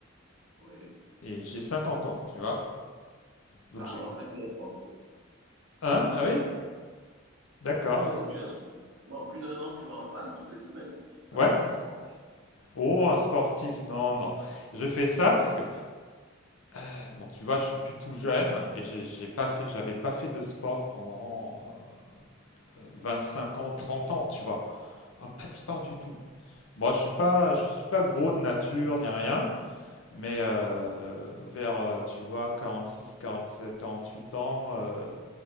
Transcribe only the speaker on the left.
et j'ai 50 ans, tu vois. Donc
j'ai...
Hein? Ah oui? D'accord.
Ouais.
Oh,
un sportif, non, non. Je fais ça parce que, euh, bon, tu vois, je suis plus tout jeune et j'ai j'ai pas fait, j'avais pas fait de sport pendant euh, cinq ans, 30 ans, tu vois. Ah, pas de sport
du tout. Moi, je suis pas, je suis pas gros de nature ni rien, mais euh,
vers, euh, tu vois, quarante quarante six sept quarante huit ans, euh,